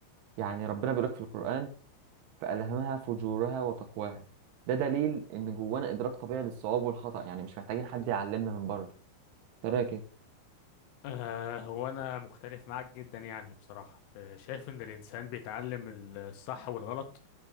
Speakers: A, on the right; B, on the left.
A: يعني ربنا بيقول لك في القرآن فألهمها فجورها وتقواها ده دليل ان جوانا ادراك طبيعي للصواب والخطأ يعني مش محتاجين حد يعلمنا من بره ترى
B: آه هو أنا مختلف معاك جدا يعني بصراحة آه شايف إن الإنسان بيتعلم الصح والغلط